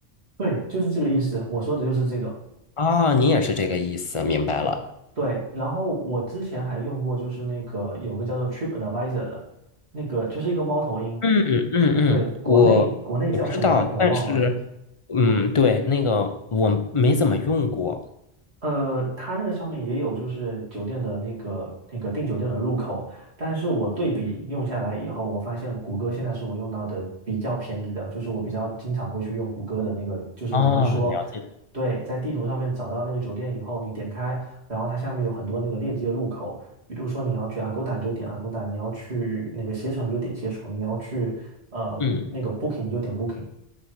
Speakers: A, on the right; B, on the left.
A: 对，就是这个意思。我说的就是这个。
B: 啊，你也是这个意思，明白了。
A: 对，然后我之前还用过，就是那个有个叫做 TripAdvisor 的，那个就是一个猫头鹰，
B: 嗯嗯嗯，
A: 国对，国内国内叫什么我忘了，
B: 我我知道，但是，嗯，对，那个我没怎么用过。
A: 呃，它那个上面也有，就是酒店的那个那个订酒店的入口，但是我对比用下来以后，我发现谷歌现在是我用到的比较便宜的，就是我比较经常会去用谷歌的那个，就是你刚才说，
B: 哦，了解。
A: 对，在地图上面找到那个酒店以后，你点开，然后它下面有很多那个链接入口，比如说你要去 Agoda 你就点 Agoda，你要去那个携程你就点携程，你要去呃那个
B: 嗯。
A: Booking 你就点 Booking，